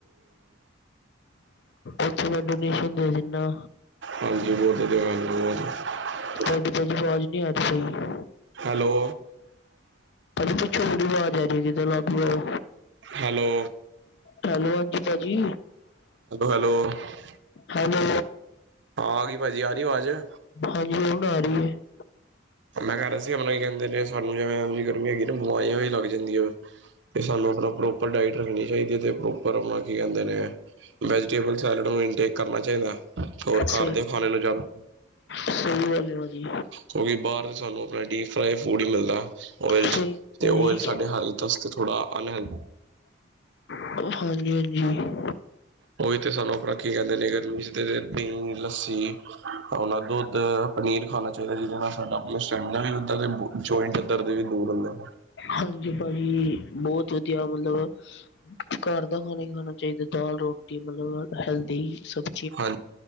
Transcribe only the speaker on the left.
ਉਥੇ ਮੈਂ ਡੋਨੇਸ਼ਨ ਦੇ ਦਿਨਾ।
ਤੁਹਾਡੀ ਭਾਜੀ ਆਵਾਜ਼ ਨੀ ਆ ਰਹੀ ਸਹੀ।
ਅ ਪੁਛ ਬੜੀ ਆਵਾਜ਼ ਆ ਰਹੀ ਏ ਕਿੱਥੇ ਅਲੱਗ ਆਓ।
ਹੈਲੋ ਹਾਂਜੀ ਭਾਜੀ।
ਹੈਲੋ
ਹਾਂਜੀ ਹੁਣ ਆ ਰਹੀ ਹੈ।
ਸਹੀ,
ਸਹੀ ਗਾਲ ਏ ਭਾਜੀ।
ਸਹੀ
ਭਾਜੀ।
ਹਾਂਜੀ-ਹਾਂਜੀ।
ਹਾਂਜੀ ਭਾਜੀ ਬਹੁਤ ਵਧੀਆ ਮਤਲਬ ਘਰ ਦਾ ਖਾਣਾ ਹੀ ਖਾਣਾ ਚਾਹੀਦਾ ਦਾਲ, ਰੋਟੀ ਮਤਲਬ ਹੈਲਦੀ ਸਭ